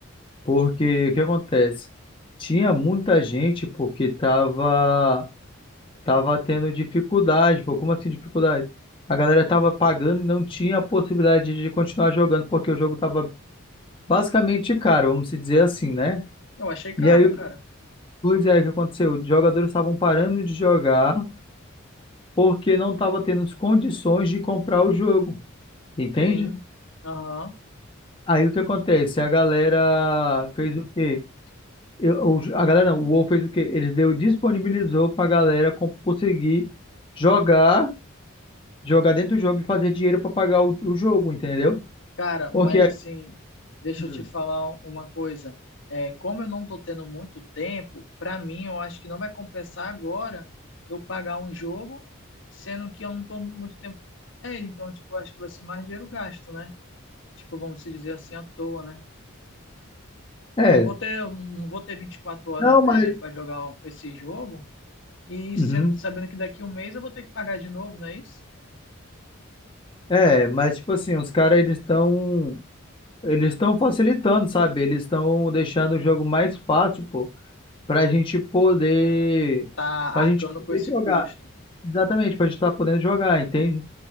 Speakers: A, on the left; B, on the left.
A: Porque o que acontece? Tinha muita gente porque estava Tava tendo dificuldade, pô. Como assim dificuldade? A galera tava pagando e não tinha a possibilidade de continuar jogando, porque o jogo tava basicamente caro, vamos se dizer assim, né?
B: Eu achei caro,
A: E aí, o
B: cara.
A: que pois é, o que aconteceu? Os jogadores estavam parando de jogar porque não tava tendo as condições de comprar o jogo, entende?
B: Sim. Aham.
A: Aí o que acontece? A galera fez o quê? Eu- o- a galera, não, o WoW fez o quê? Eles deu, disponibilizou pra galera com- conseguir jogar jogar dentro do jogo e fazer dinheiro pra pagar o, o jogo, entendeu?
B: Cara,
A: Porque
B: mas
A: aí,
B: assim, deixa
A: Hum.
B: eu te falar uma coisa. É, como eu não estou tendo muito tempo, para mim eu acho que não vai compensar agora eu pagar um jogo, sendo que eu não estou muito tempo com ele. Então, tipo, eu acho que vai ser mais dinheiro gasto, né? Tipo, vamos se dizer assim, à toa, né?
A: é,
B: Eu não vou ter, eu não vou ter 24 horas,
A: não, mas
B: é, para jogar esse jogo e
A: uhum.
B: sendo, sabendo que daqui a um mês eu vou ter que pagar de novo, não é isso?
A: é, mas tipo assim, os caras eles estão eles estão facilitando, sabe? Eles estão deixando o jogo mais fácil, pô, pra gente poder
B: Tá
A: pra
B: arcando
A: gente poder
B: com esse
A: jogar.
B: custo.
A: Exatamente, pra gente estar podendo jogar, entende?